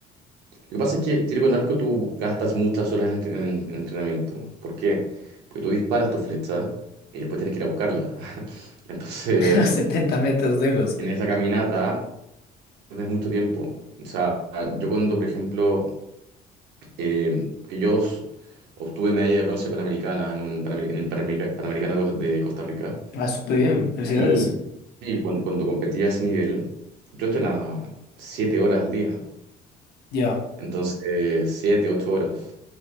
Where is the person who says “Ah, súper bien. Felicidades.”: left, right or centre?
Left